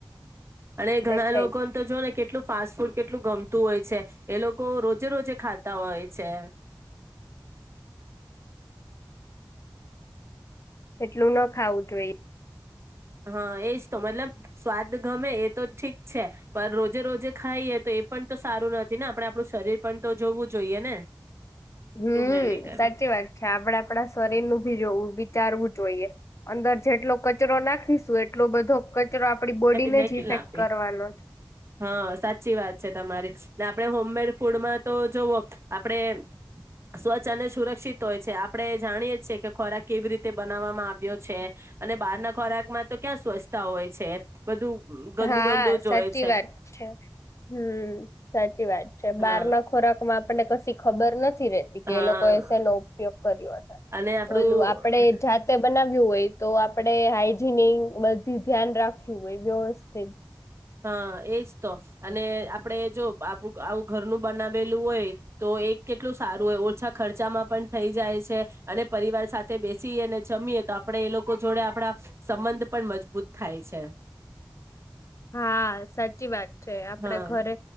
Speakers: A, on the right; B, on the left.
A: અને ઘણા
B: દેખાય
A: લોકોને તો જો ને કે કેલું ફાસ્ટ ફૂડ કેટલું ગમતું હોય છે એ લોકો રોજે રોજે ખાતા હોય છે.
B: એટલું ન ખાવું જોઈએ.
A: હા એજ તો મતલબ સ્વાદ ગમે એ તો ઠીક છે પણ રોજે રોજે. ખાઈએ તો એ પણ તો સારું નથી ને આપડ આપણું શરીર પણ તો જોવું જોઈએ ને
B: હમ
A: ક્યું મેલી કર
B: સાચી વાત છે આપડા આપણા સરેરનું ભી જોવું વિચારવું જોઈએ અંદર. જેટલો. કચરો નાખીશું એટલો બધો કચરો. આપડી બોડીને
A: મેં
B: જ
A: કિલ
B: ઇફેક્ટ
A: આપી
B: કરવાનો છે.
A: હા સાચી વાત છે તમારી ને આપણે હોમમેડ ફૂડમાં તો જોવો આપડે સ્વચ્છ અને સુરક્ષિત હોય છે આપણે જાણીએ છીએ કે ખોરાક કેવી રીતે બનાવવામાં આવ્યો છે અને બહાર ના ખોરાકમાં તો ક્યાં સ્વચ્છતા હોય છે બધું ગંદુ
B: હા
A: ગંદુ જોય.
B: સાચી વાત છે હમ સાચી વાત છે બાર
A: હા
B: ના ખોરાકમાં આપને કી ખબર નથી. કે
A: હા
B: એ લોકો એનો ઉપયોગ કર્યો
A: અને આપડું
B: ઓલું આપડે જાતે બનાવ્યું હોય. તો આપડે હાઈજીન બધું ધ્યાન રાખ્યું હોય વસ્ છે.
A: હા એજ તો અને આપણે જો આપું આવું ઘરનું બનાવેલું હોય તો એ કેટલું સારું હોય ઓછા ખર્ચામાં પણ થઈ જાય છે અને પરિવાર સાથે બેસીએ અને જમીએ તો આપણે એ લોકો જોડે આપણા સંબંધ પણ મજબૂત થાય છે.
B: હા સાચી વાત. છે આપડ
A: હા
B: ઘરે